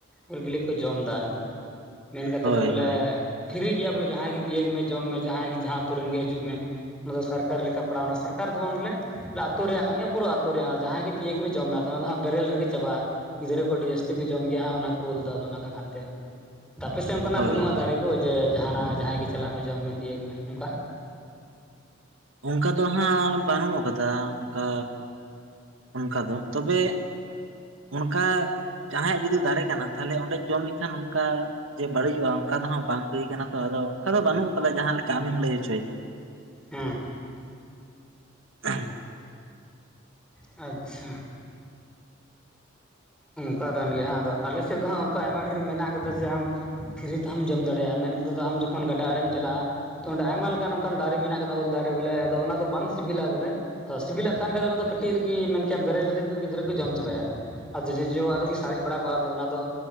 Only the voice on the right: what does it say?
ᱦᱳᱭ
ᱦᱳᱭ
ᱦᱳᱭ
ᱦᱳᱭ
ᱚᱱᱠᱟ ᱫᱚ ᱦᱟᱸᱜ ᱵᱟᱹᱱᱩᱜ ᱟᱠᱟᱫᱟ ᱚᱱᱠᱟ ᱚᱱᱠᱟ ᱫᱚ ᱛᱚᱵᱮ ᱚᱱᱠᱟ ᱡᱟᱦᱟᱸᱭᱟᱜ ᱡᱩᱫᱤ ᱫᱟᱨᱮ ᱠᱟᱱᱟ ᱛᱟᱦᱚᱞᱮ ᱚᱸᱰᱮ ᱡᱚᱢ ᱞᱮᱠᱷᱟᱱ ᱚᱱᱠᱟ ᱡᱮ ᱵᱟᱹᱲᱤᱡᱚᱜᱼᱟ ᱚᱱᱠᱟ ᱫᱚ ᱦᱟᱸᱜ ᱵᱟᱝ᱾ ᱦᱩᱭ ᱠᱟᱱᱟ ᱛᱚ ᱟᱫᱚ ᱚᱱᱠᱟ ᱫᱚ ᱵᱟᱹᱱᱩᱜ ᱟᱠᱟᱫᱟ ᱡᱟᱦᱟᱸ ᱞᱮᱠᱟ ᱟᱢᱮᱢ ᱞᱟᱹᱭ ᱦᱚᱪᱚ ᱭᱮᱜᱟ᱾
<unintelligible>
<unintelligible>